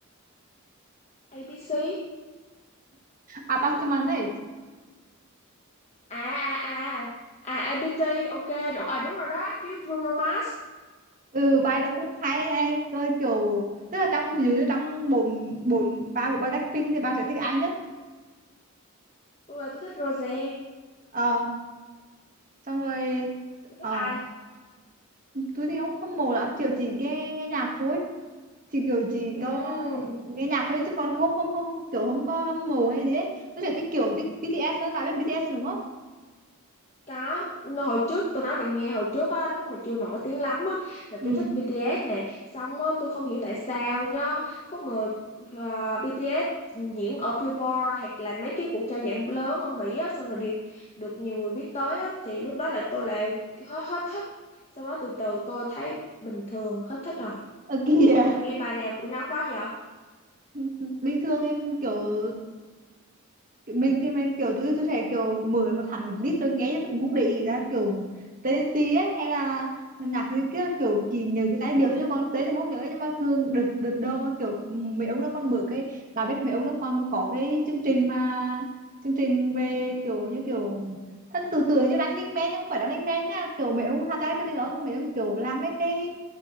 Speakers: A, on the left; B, on the right.
A: ABC
B: Apartment ấy
A: à à à à IBT ok đủ- à đúng rồi đó với Bruno Mars
B: ừ vai đó cũng hay ấy. rồi kiểu tức là trong ví dụ như trong bốn bốn ba của Blackpink thì ba sẽ thích ai nhất
A: tôi tôi thích Rosé
B: ờ xong rồi
A: tôi
B: ờ
A: thích ai
B: tôi thì không hâm mộ lắm kiểu chỉ nghe nghe nhạc thôi chỉ kiểu chỉ
A: Ừm,
B: có nghe nhạc thôi chứ còn không không không không- kiểu không có hâm mộ hay gì ấy tôi sẽ thích kiểu thích BTS hơn bà biết BTS đúng không
A: có hồi trước tôi nói bạn nghe hồi trước á lúc mà chưa nổi tiếng lắm á là
B: ừ
A: tôi thích BTS nè xong á tôi không hiểu tại sao nhá khúc mà ờ, BTS diễn ở Billboard hoặc là mấy cái cuộc trao giải lớn ở Mỹ á xong rồi được được nhiều người biết tới á thì lúc đó là tôi lại hết hết thích xong đó từ từ tôi thấy bình thường hết thích rồi
B: ờ kìa
A: Bạn nghe bài nào của nhóm đó vậy?
B: <laughs> bình thường em kiểu mình thì mình kiểu tôi tôi sẽ kiểu mở một hẳn một list rồi nghe chứ tôi cũng không để ý ra kiểu tên gì ấy hay là nhạc gì kia kiểu chỉ nhớ cái giai điệu thôi chứ còn tên thì không nhớ nhưng mà thường đợt đợt đâu mà kiểu ừm, mấy ông đang còn mở cái là biết mấy ông đang còn có cái chương trình mà chương trình về kiểu như kiểu thân từ từ như Running Man nhưng không phải Running Man nha kiểu mấy ông tham gia cái chương trình đó xong mấy ông kiểu làm mấy cái